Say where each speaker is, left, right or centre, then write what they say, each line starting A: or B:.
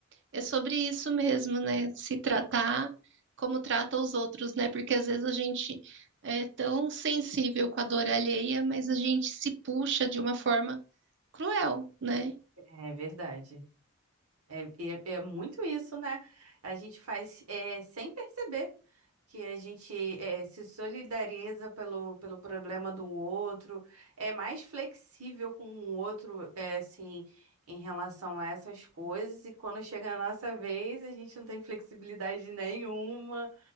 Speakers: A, on the right (about 55°); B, on the right (about 70°).
A: É sobre isso mesmo, né? Se tratar como trata os outros, né? Porque às vezes a gente é tão sensível com a dor alheia, mas a gente se puxa de uma forma cruel, né?
B: É verdade. É, é, é muito isso, né? A gente faz é, sem perceber que a gente é, se solidariza pelo, pelo problema do outro, é mais flexível com o outro, é, assim, em relação a essas coisas, e quando chega a nossa vez, a gente não tem flexibilidade nenhuma,